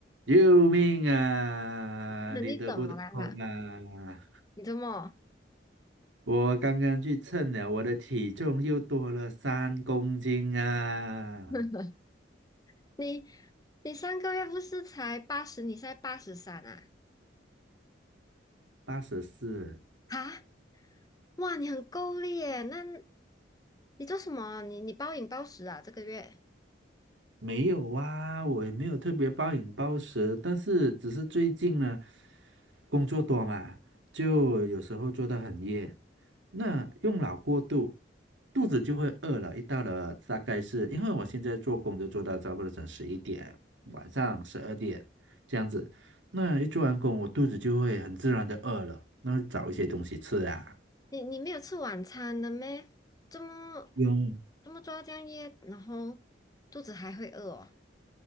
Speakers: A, on the right; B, on the left.
A: 救命啊！
B: 那你怎么了啦？
A: 你得不得空啊？
B: 你怎么？
A: 我刚刚去称了，我的体重又多了三公斤啊，
B: <laughs> 你你上个月不是才八十，你现在八十三啊？
A: 八十四。
B: 啊，哇，你很够力耶！那你做什么？你你暴饮暴食啊？这个月
A: 没有啊，我也没有特别暴饮暴食，但是只是最近呢，工作多嘛，就有时候做到很夜，那用脑过度，肚子就会饿了。一到了大概是因为我现在做工就做到差不多整十一点，晚上十二点这样子，那一做完工，我肚子就会很自然的饿了，那找一些东西吃啊。
B: 你你没有吃晚餐的咩？这么
A: 用。
B: 这么抓这样夜，然后肚子还会饿哦。